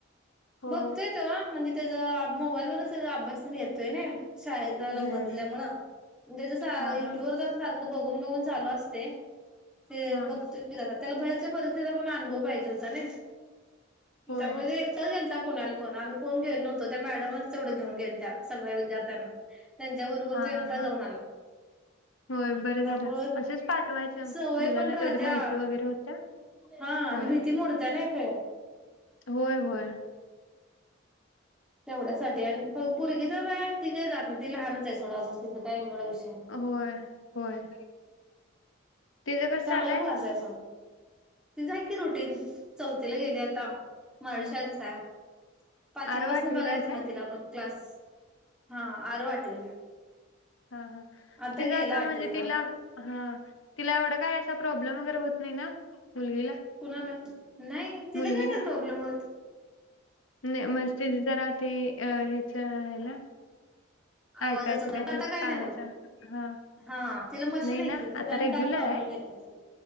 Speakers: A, on the left; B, in the centre.
A: होय
B: बघतोय त म्हणजे त्या मोबाईलवरच अभेतोय शाळ
A: हम्म
B: नंबर दिल्या त्या
A: हा
B: युट्यूब
A: हा
B: बघून बघून चालू असते ते
A: हा
B: बघ
A: हा
B: त्याला बाहेरच्या परीक्षेचा पण अनुभव पाहिजे होता ना
A: होय
B: त्यामुळे च गेलता प पुण्याला फोन आम्ही कोण गेलोवतो त्या मॅडमचवढ घेऊन गेल त्या सग्याद्यार्थ्यांना. त्यांच्या बरोबर
A: हा
B: तो एकटा
A: हा हा.
B: जाऊन आला.
A: होय बरं
B: त्याव
A: झालं असंच पाठवायचं
B: सवय
A: मुलांना
B: पण राहत्या.
A: तेवढं माहिती वगैरे होत्या.
B: हा
A: होय
B: आणि भीती मोडते ना फे
A: होय होय.
B: तेवढ्यासाठीठी आणि प पर्गी ज काय ती काही जात नाही ती लहानच आहे थोडं अजून तिचां काय वेगळा विषय नाही.
A: होय होय. तिचं कसं
B: चांगला
A: चालय
B: क्लास आहे पण तिचय की रुटीन चौथीला गेली आता. मराठी
A: ह
B: शाळेत असे पाचवीपसून
A: आरव आठवीला
B: बघायचं
A: आहे काय
B: मग तिला आपण क्लास हा आरव आठवीला
A: हा हा
B: आता
A: तेी जाता
B: गेला आठवीला
A: म्हणजे तिला हा तिला एवढा काय असा प्रॉब्लेम वगैरे होत नाही ना मुलगीला
B: कुणाला नाही तिला
A: मुलगीला
B: काय नाही प्रॉब्लेम होत.
A: नाही मस्ती तिथ राहते अ याच ह्याला
B: आवाजाचा
A: ऐकायचं काय
B: पण आता
A: तर कानाच्या
B: नाही होत
A: हा
B: हा तिला मशीन
A: नाही
B: आहे
A: ना
B: की त्यान
A: आता रेग्युलर
B: काय प्रॉब्लेम
A: आहे
B: येत त